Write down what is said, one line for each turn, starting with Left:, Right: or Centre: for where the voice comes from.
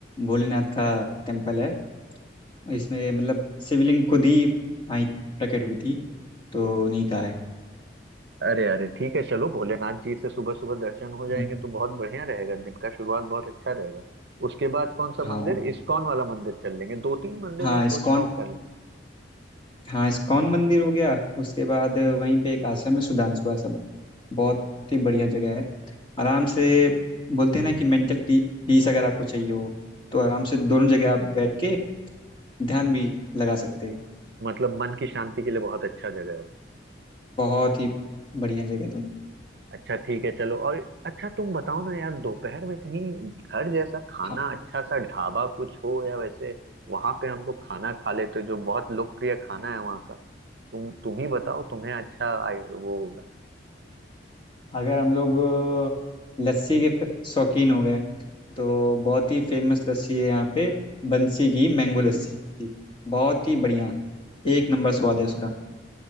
Left: भोलेनाथ का टेम्पल है और इसमें मतलब शिवलिंग खुद ही आई प्रकट हुई थी तो उन्हीं का है
Right: अरे अरे ठीक है चलो भोलेनाथ जी से सुबह सुबह दर्शन हो जाएंगे
Left: हाँ
Right: तो बहुत बढ़िया रहेगा दिन का शुरुआत बहुत अच्छा रहेगा उसके बाद कौन सा
Left: हाँ
Right: मंदिर इस्कॉन वाला मंदिर चल लेंगे दो तीन मंदिर
Left: हाँ,
Right: मैं सोच
Left: इस्कॉन
Right: रहा हूँ कर लें
Left: हाँ इस्कॉन मंदिर हो गया उसके बाद वहीं पे एक आश्रम है सुधांशु आश्रम बहुत ही बढ़िया जगह है आराम से बोलते हैं ना कि मेंटल पीस अगर आपको चाहिए हो तो आराम से दोनों जगह आप बैठ के ध्यान भी लगा सकते हैं
Right: मतलब मन की शांति के लिए बहुत अच्छा जगह है वो
Left: बहुत ही बढ़िया जगह है दोनों
Right: अच्छा ठीक है चलो और अच्छा तुम बताओ ना यार दोपहर में कहीं घर जैसा खाना
Left: हाँ
Right: अच्छा सा ढाबा कुछ हो या वैसे वहां पे हम लोग खाना खा लेते हैं, जो बहुत लोकप्रिय खाना है वहाँ का तुम तुम ही बताओ तुम्हें अच्छा आइ- वो होगा
Left: अगर हम लोग अ, लस्सी के फ- शौकीन हो गए तो बहुत ही फेमस लस्सी है यहाँ पे बंसी की मैंगो लस्सी बहुत ही बढ़िया एक नंबर स्वाद है उसका